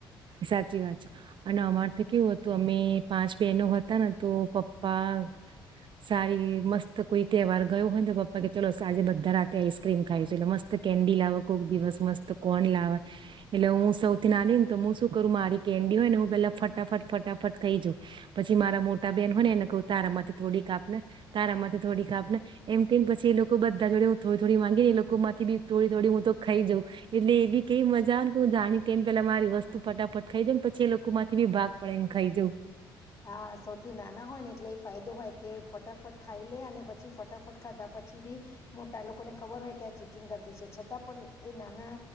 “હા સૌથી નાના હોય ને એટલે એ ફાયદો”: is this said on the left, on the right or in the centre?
Left